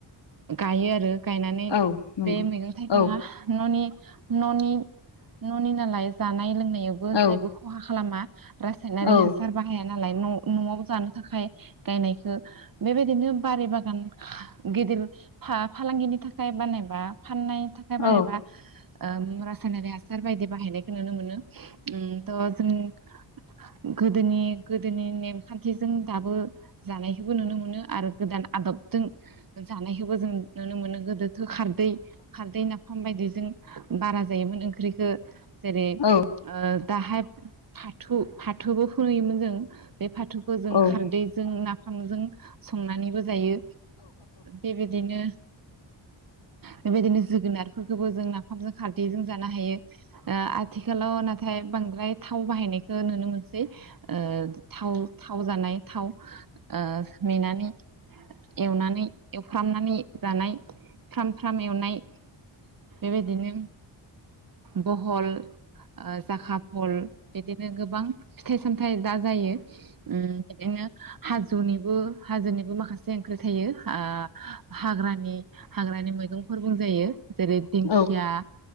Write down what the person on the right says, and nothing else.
गायो आरो। गायनानै
बे मैगं थाइगङा
न'नि। न'नि न'नि नालाय जानाय लोंनाय।
जेबो खहा खालामा। रासायनारि
हासार बाहाया नालाय न'। न'आव जानो थाखाय गायनायखौ बेबायदिनो बारि बागान गिदिर फा फालांगिनि थाखाय बानायबा फाननायनि थाखाय
बानायबा ओ रासायनारि हासार बायदि बाहायनायखौ नुनो मोनो उम <unintelligible> गोदोनि गोदोनि नेमखान्थिजों दाबो जानायखौबो नुनो मोनो आरो गोदान आदबजों जानायखौबो जों नुनो मोनो गोदोथो खारदै खारदै नाफाम बायदिजों बारा जायोमोन ओंख्रिखौ जेरै
ओ दाहाय। फाथो फाथोबो फोयोमोन जों। बे फाथौखो जों
खारदैजों
ना थोंजों। संनानैबो जायो बेबायदिनो बेबायदिनो जोगोनारफोरखौबो जों नाफामजों खारदैजों जानो हायो। ओ आथिखालाव नाथाय बांद्राय। थाव बाहायनायखौ नुनो मोनसै। ओ थाव थाव जानाय थाव ओ मेनानै एवनानै एवफ्रामनानै जानाय फ्राम फ्राम एवनाय बेबायदिनो बहल। ओ जाखा फल। बिदिनो गोबां फिथाइ सामथ थाय दा जायो ओम बिदिनो हाजोनिबो हाजोनि बो माखासे ओंख्रि थायो आ हाग्रानि हाग्रानि मैगंफोर बुंजायो जेरै दिंखिया